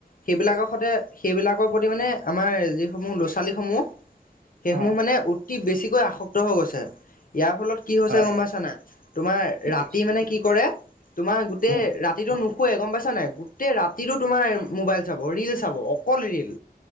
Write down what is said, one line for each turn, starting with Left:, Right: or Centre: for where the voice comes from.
Left: সেইবিলাকৰ সৈতে সেইবিলাকৰ প্ৰতি মানে আমাৰ যিসমূহ ল'ৰা ছোৱালীসমূহ সেইসমূহ
Right: অ',
Left: মানে উ অ বেছিকৈ আসক্ত হৈ গৈছে ইয়াৰ ফলত কি হৈছে
Right: হয়,
Left: গম
Right: হয়,
Left: পাইছা নাই তোমাৰ
Right: ঠিক
Left: ৰাতি
Right: আছে।
Left: তি মানে কি কৰে তোমাৰ গোটেই
Right: উম,
Left: ৰাতিটো নুশু খুৱে গম পাইছা নাই গোটেই ৰাতিতো তোমাৰ মোবাইল চাব ৰিল চাব অকল ৰিল